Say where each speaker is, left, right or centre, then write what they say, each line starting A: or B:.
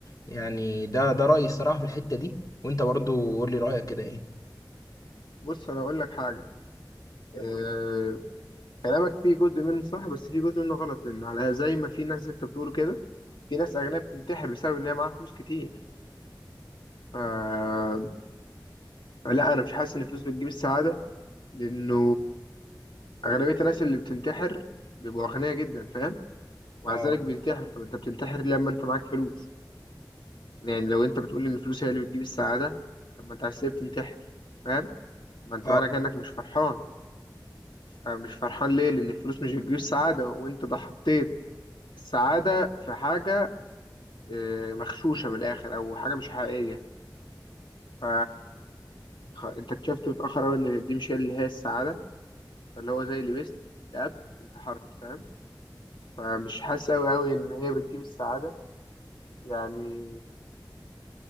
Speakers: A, on the left; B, on the left.
A: يعني ده ده رأيي الصراحة في الحتة دي وانت برضو قول لي رأيك كده ايه
B: بص أنا هقول لك حاجة آه، كلامك فيه جزء منه صح بس فيه جزء منه غلط لأن على زي ما في ناس زي أنت بتقول كده في ناس أغنياء بتنتحر بسبب إن هي معاها فلوس كتير آه، لا أنا مش حاسس إن الفلوس بتجيب السعادة لأنه اغلبيه الناس اللي بتنتحر بيبقوا اغنياء جدا فاهم ومع
A: اه
B: ذلك بينتحر طب انت بتنتحر ليه لما انت معاك فلوس يعني لو انت بتقول ان الفلوس هي اللي بتجيب السعاده طب ما انت عايز ليه بتنتحر فاهم ما انت
A: اه
B: معنى كانك مش فرحان فمش فرحان ليه لان الفلوس مش بتجيب السعاده وانت ده حطيت السعاده في حاجه آه، مغشوشه من الاخر او حاجه مش حقيقيه ف خ- انت اكتشفت متاخر قوي ان دي مش هي اللي هي السعاده فاللي هو زي اللي بيست اكتئبت انتحرت فاهم فمش حاسس قوي قوي ان هي بتجيب السعاده يعني